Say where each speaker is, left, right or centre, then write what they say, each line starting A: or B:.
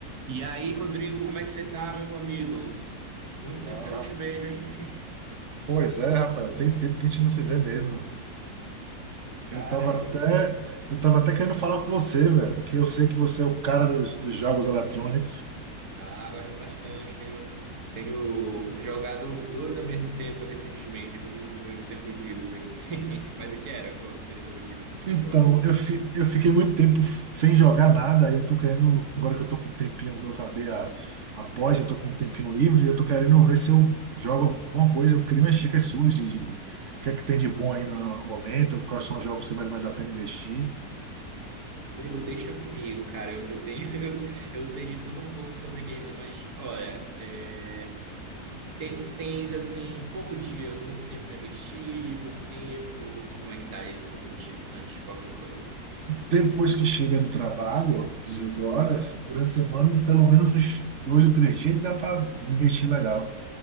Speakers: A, on the right; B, on the right.
A: E aí, Rodrigo, como é que você tá, meu amigo? Muito tempo
B: Fala.
A: que eu não te vejo, hein?
B: Pois é, Rafael, tem tempo que a gente não se vê mesmo. velho.
A: Cara,
B: Eu tava
A: e-
B: até, eu tava até querendo falar com você, velho, que eu sei que você é o cara dos, dos jogos eletrônicos.
A: ah, gosto bastante. Tenho, tenho jogado os dois ao mesmo tempo recentemente, com nos meus tempos livres aqui. <laughs> Mas o que era? Qual seria sobre o que?
B: Então,
A: Jogos.
B: eu, fi, eu fiquei muito tempo sem jogar nada, aí eu tô querendo, agora que eu tô com um tempinho, eu acabei a, a pós, eu tô com um tempinho livre, eu tô querendo ver se eu jogo alguma coisa, eu queria umas dicas suas de, de o que é que tem de bom aí no, no momento, quais são os jogos que vale mais a pena investir.
A: Rodrigo, deixa comigo, cara. Eu, eu tenho, <laughs> eu, eu sei de tudo um pouco sobre games, mas olha, é, tem- tu tens assim por dia muito tempo pra investir, pouco tempo. Como é que tá isso sobre ti? Antes de qualquer coisa.
B: Depois que chega do trabalho, 18 horas, durante a semana, pelo menos uns dois ou três dias dá para investir legal.